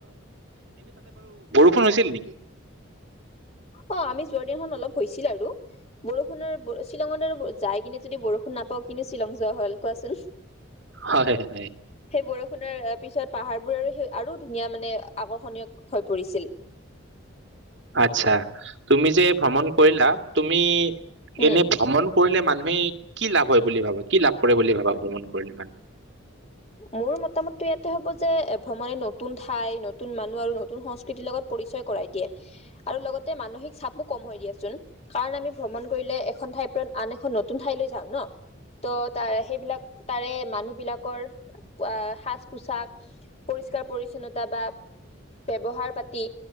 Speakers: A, on the right; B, on the left.
A: ফোন <unintelligible> হৈছিল নেকি
B: অ আমি যোৱাৰ দিনাখন অলপ হৈছিল আৰু বৰষুণৰ শ্বিলঙত আৰু যাই কিনে যদি বৰষুণ নাপাওঁ কিন্তু শ্বিলং যোৱা হল কোৱাচোন
A: হয়, হয়।
B: সেই বৰষুণৰ পিছত পাহাৰবোৰ আৰু সেই আৰু ধুনীয়া মানে আকৰ্ষণীয় হৈ পৰিছিল
A: আচ্ছা তুমি যে ভ্ৰমণ কৰিলা তুমি
B: উম
A: এনে ভ্ৰমণ কৰিলে মানুহে কি লাভ হয় বুলি ভাবা কি লাভ কৰে বুলি ভাবা ভ্ৰমণ কৰিলে মানুহে
B: মোৰ মতামতটো ইয়াতে হ'ব যে ভ্ৰমণে নতুন ঠাই নতুন মানুহ আৰু নতন সংস্কৃতি লগত পৰিয় কৰাই দিয়ে আৰু লগতে মানসিক চাপক কাৰ আ <unintelligible> ভ্ৰমণ কৰিলে এখন ঠাই পৰা আন এখন ঠাই লৈ যাও ন ত' তাৰে সেইবিলাক তাৰে মানুহ বিলাক কৰ সাজ পোছাক পৰিষ্কাৰ পৰিচ্ছন্নতা বা ব্যৱহাৰ পাতি